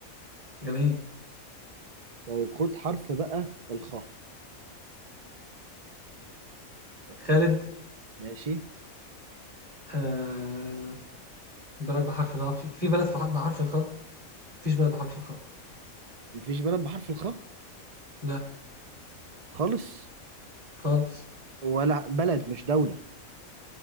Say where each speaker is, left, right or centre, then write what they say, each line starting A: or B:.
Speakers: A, on the right; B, on the right.
A: جميل
B: طيب خد حرف بقى الخاء
A: خالد
B: ماشي
A: آه... بلد بحرف الخاء في... في بلد في ح- بحرف الخاء؟ مفيش بلد بحرف الخاء
B: مفيش بلد بحرف الخاء
A: لا
B: خالص
A: خالص
B: ولا بلد مش دولة